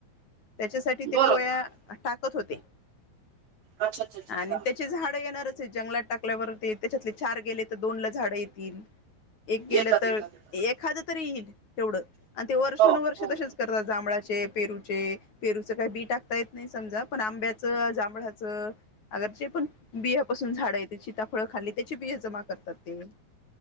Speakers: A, on the left; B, on the right.
A: त्याच्यासाठी ते
B: बरोबर
A: कोया टाकत होते.
B: अच्छा अच्छा अच्छा
A: आणि
B: अच्छा
A: त्याची झाड येणारच आहेत जंगलात. टाकल्यावर ते त्याच्यातले चार गेले तर दोन ला झाडं येतील. एक गेलं
B: येतात
A: तर,
B: येतात येतात
A: एखाद तरी येईल तेवढं. आणि ते वर्षानुवर्ष
B: हो हो
A: तसेच- करतात. जांभळाचे, पेरूचे- पेरूचं काही बी टाकता येत नाही समजा. पण आंब्याचं, जांभळाचं. अग जे पण बियापासून झाडं येता. त्या सिताफळ खाल्ली त्याची बिया जमा करतात ते.